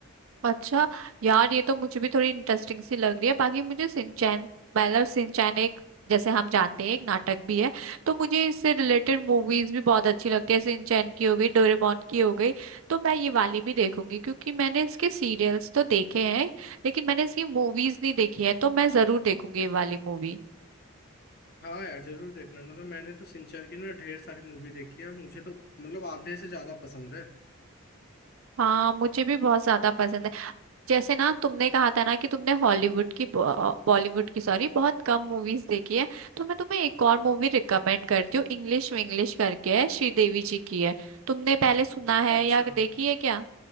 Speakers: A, on the right; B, on the left.
A: अच्छा यार ये तो मुझे भी थोड़ी इंटरेस्टिंग सी लग रही है बाकी मुझे सिंचैन मतलब सिंचैन एक जैसे हम जानते हैं एक नाटक भी है तो मुझे इससे रिलेटेड मूवीज भी बहुत अच्छी लगती है सिंचैन की हो गई डोरेमोन की हो गई तो मैं ये वाली भी देखूंगी क्योंकि मैंने इसके सीरियल्स तो देखे हैं लेकिन मैंने इसकी मूवीज नहीं देखी है तो मैं जरूर देखूंगी ये वाली मूवी
B: हाँ यार जरूर देखना मतलब मैंने तो सिंचर की ना ढेर सारी मूवी देखी है और मुझे तो मतलब आधे से ज्यादा पसंद है
A: हाँ मुझे भी बहुत ज्यादा पसंद है जैसे ना तुमने कहा था ना कि तुमने हॉलीवुड की बॉ- बॉलीवुड की सॉरी बहुत कम मूवीज देखी है तो मैं तुम्हें एक और मूवी रिकमेंड करती हूँ इंग्लिश विंग्लिश करके है श्रीदेवी जी की है तुमने पहले सुना है
B: अच्छा
A: या देखी है क्या